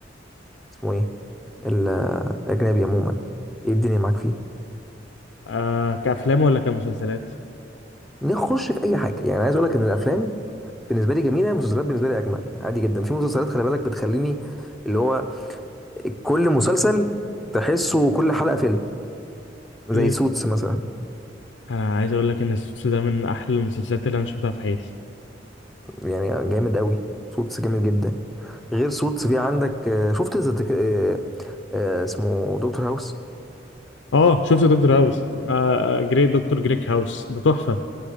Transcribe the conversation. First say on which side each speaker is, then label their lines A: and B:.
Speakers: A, in the centre; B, on the left (about 80°).
A: اسمه ايه ال- الاجنبي عموما ايه الدنيا معاك فيه
B: آه كأفلام ولا كمسلسلات
A: نخش في اي حاجه يعني عايز اقول لك ان الافلام بالنسبه لي جميله المسلسلات بالنسبه لي اجمل عادي جدا في مسلسلات خلي بالك بتخليني اللي هو كل مسلسل تحسه كل حلقه فيلم زي
B: مم.
A: سوتس مثلا
B: انا عايز اقول لك ان السوتس ده من احلى المسلسلات اللي انا شفتها في حياتي
A: يعني جامد قوي سوتس جامد جدا غير سوتس في عندك آه، شفت ذا تك- آه، آه، اسمه دكتور هاوس
B: اه شفت دكتور هاوس آه جريت دكتور جريك هاوس ده تحفة